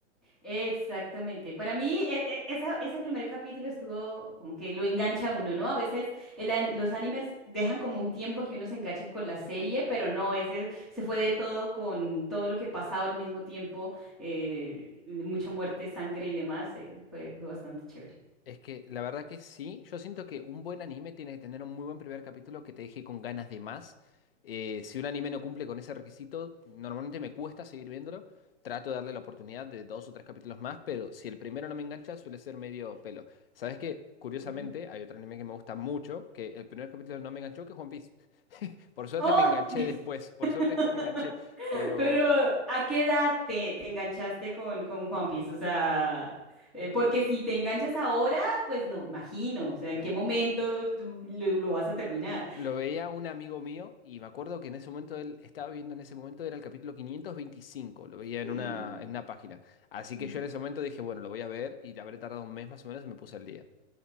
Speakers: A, in the centre; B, on the left (about 50°).
A: Exactamente. Para mí, e- e- esa- ese primer capítulo estuvo como que lo engancha a uno, ¿no? A veces el an- los animes dejan como un tiempo que uno se enganche con la serie, pero no, ese se fue de todo con todo lo que pasaba al mismo tiempo, eh, de- de mucha muerte, sangre y demás, eh, fue, fue bastante chévere.
B: Es que la verdad que sí, yo siento que un buen anime tiene que tener un muy buen primer capítulo que te deje con ganas de más. Eh, si un anime no cumple con ese requisito, normalmente me cuesta seguir viéndolo. Trato de darle la oportunidad de dos o tres capítulos más, pero si el primero no me engancha, suele ser medio pelo. ¿Sabes qué? Curiosamente,
A: Ujú.
B: hay otro anime que me gusta mucho, que el primer capítulo no me enganchó, que es One Piece. <laughs> Por suerte
A: Oh,
B: me enganché
A: <laughs> <laughs>
B: después,
A: Bueno,
B: por suerte después
A: porque-
B: me enganché, pero
A: Pero, ¿a qué edad te, te enganchaste con, con One Piece? O sea, eh, porque si te enganchas ahora, pues no, imagino, o sea,
B: no.
A: ¿en qué momento lo, lo vas a terminar?
B: Lo veía un amigo mío y me acuerdo que en ese momento él estaba viendo en ese momento era el capítulo 525, lo veía
A: <clears throat>
B: en una, en una página. Así
A: Ujú.
B: que yo en ese momento dije, bueno, lo voy a ver y habré tardado un mes más o menos y me puse al día.